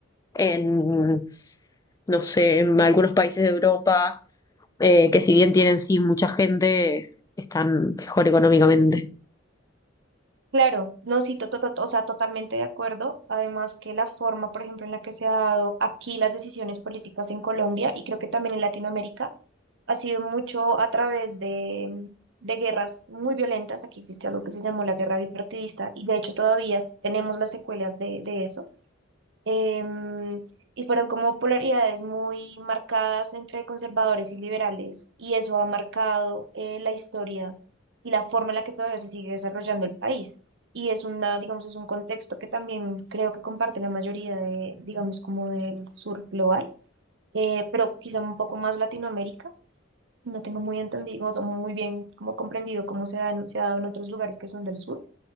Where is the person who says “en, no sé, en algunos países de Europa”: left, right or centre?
Left